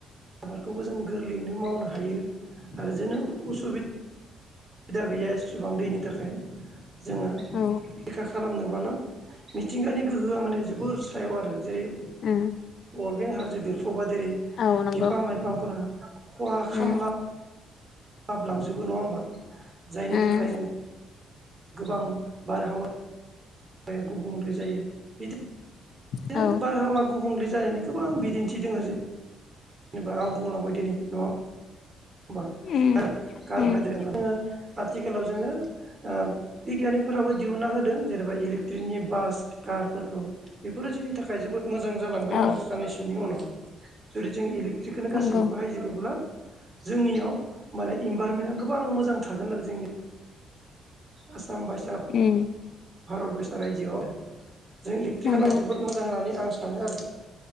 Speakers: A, on the right; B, on the left.
A: आबादखौबो जों गोरलैयैनो मावनो हायो आरो जेननो उसुबिदा सुबिदा गैया एसेबां दैनि थाखाय जोङो
B: औ
A: थखा खालामनो बाला मिथिंगानि गोहोआ माने जोबोर सायाव आरो जेरै
B: उम
A: अरगें हाजो बेरफुबा दिनै
B: औ नंगौ
A: बिफां लाइफांफोरा खहा खामला
B: उम
A: लाबलांजोबो नङा होमबा जायनि
B: उम
A: थाखाय जों गोबां बारहावाहावा-या गुबुंले जायो इदि
B: औ
A: नो बारहावा गुबुंले जानायनि गोबां बिदिन्थि दोङ जों जेनबा आं बुंलांबाय दिनै नङा होमबा
B: उम
A: <unintelligible>
B: उम
A: आथिखालाव जोङो ओ-बिगियानिकफोराबो दिहुना होदों जेनेबा इलेक्ट्रिकनि बास कारफोरखौ बेफोरो जोंनि थाखाय जोबोद मोजां जालांगोन
B: औ
A: आरो साननैसोनि उनाव जुदि जों इलेकट्रिकखौनो
B: नंगौ
A: गासैबो बाहायजोबोब्ला जोंनियाव माने इनभाइरमेन्टआ गोबां मोजां थागोन आरो जोंनि आसाम बारसा
B: उम
A: भारत बायसा रायजोआव जों एकट्रि
B: नंगौ
A: खाल जोबोद मोजां होननानै आं सानो आरो